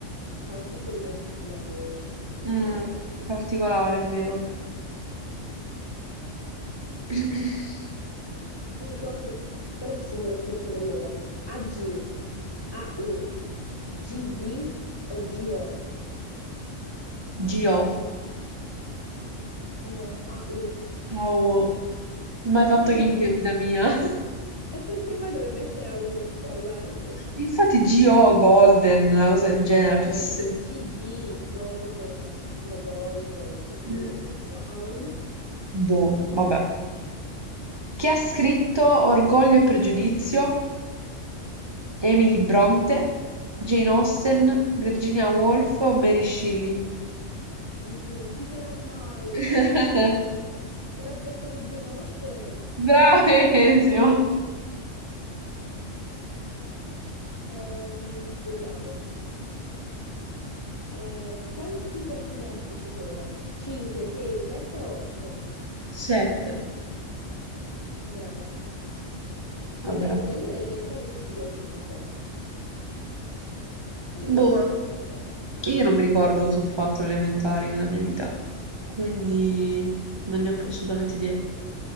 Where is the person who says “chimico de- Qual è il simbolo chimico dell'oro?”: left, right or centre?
Left